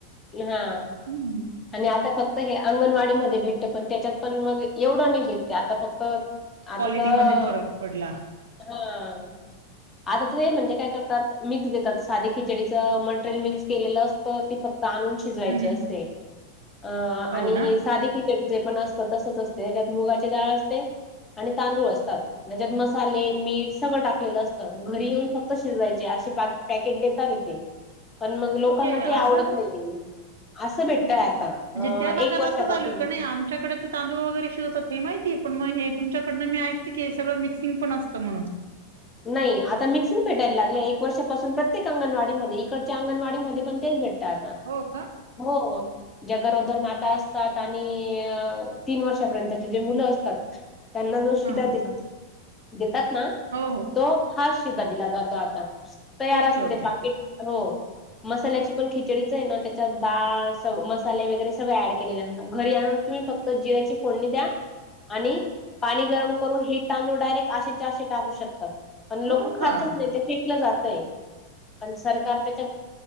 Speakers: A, on the left; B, on the right.
A: हां.
B: हं.
A: आणि आता फक्त हे अंगणवाडी मध्ये भेटते, पण त्याच्यात पण मग एवढं नाही भेटते. आता फक्त आता
B: क्वालिटीमध्ये
A: तर,
B: फरक पडला
A: हां. आता तर ते म्हणजे काय करतात. मिक्स देतात साधे खिचडीच मटेरियल मिक्स केलेलं. तर ती फक्त आणून शिजवायची
B: हं, हं.
A: असते. अ
B: हो
A: आणि
B: ना
A: साधे खिचडी जे पण असत तसच असते. त्यात मुगाची डाळ असते. आणि तांदूळ असत. त्याच्यात मसाले मीठ सगळं टाकलेलं असतं. मग घरी येऊन फक्त शिजवायचे असे पॅकेट देतात तेथे. पण मग लोकांना
B: ओके
A: ते आवडत
B: असं
A: नाही असं.
B: म्हणजे
A: आता अ
B: त्या भागात
A: एक वर्षापासून
B: असं चालूय का नाही आमच्याकडे. तांदू वगैरे शिजवतात हे माहिती आहे. पण मग हे तुमच्याकडनं मी ऐकते की, हे सगळं मिक्सिंग पण असतं म्हणून.
A: नाही आता मिक्सिंग भेटायला लागलं एक वर्षापासून, प्रत्येक अंगणवाडी मध्ये इकडच्या अंगणवाडी मध्ये पण तेच भेटत आता.
B: हो का.
A: हो. ज्या गरोदर माता असतात आणि तीन वर्षापर्यंतचे जे मुलं असतात त्यांना जो शिधा
B: हा
A: दिला देतात, देतात ना.
B: हो.
A: तो हाच शिधा दिला जातो आता, तयार
B: ओके
A: असत
B: ओके
A: ते पाकीट हो. मसाल्याची पण खिचडीच आहे ना त्याच्यात डाळ, मसाले वगैरे सगळे ऍड केलेले, घरी आणून तुम्ही फक्त फक्त जिऱ्याची फोडणी द्या. आणि पाणी गरम करून हे तांदूळ डायरेक्ट असेचे असे टाकू शकता. पण लोक
B: हो
A: खातच
B: का
A: नाही ते. जातय पण सरकार त्याच्यात